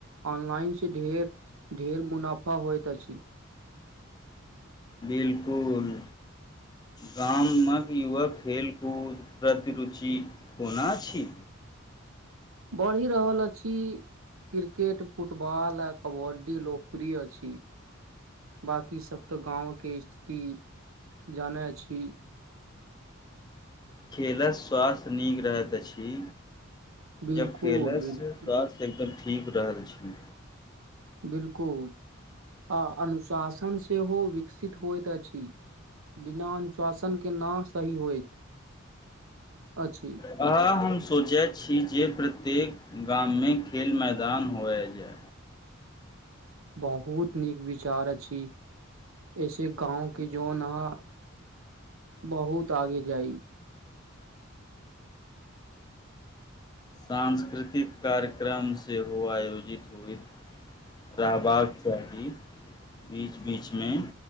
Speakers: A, on the right; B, on the left.
A: ओन पानिसे ढेर ढेर मुनाफा होइत अछि
B: बिलकुल गामक युवक खेलकूद प्रति रुचि कोना अछि
A: बढ़ि रहल अछि क्रिकेट फुटबल आ कबड्डी लोकोकप्रिय अछि बाँकीसभ तऽ गांवके स्थिति जानै छी
B: खेलअस स्वास्थ्य नीक रहैत अछि
A: बिलकुल
B: जब खेलयसँ
A: बिलकुल
B: स्वास्थ्य एकदम ठीक रहल छै
A: बिलकुल आ अनुशासन सेहो विकसित होइत अछि बिना अनुशाशनके न सही होइत अछि
B: ह हम सोचै छी जे प्र प्रत्येक गाममे खेल मैदान होए जाय
A: बहुत नीक विचार अछि। ऐसे गाँव के जो नह बहुत आगे जाइ।
B: सांस्कृतिक कार्यक्रम सेहो आयोजित होय। राहबाक चाहि। बीच बीचमे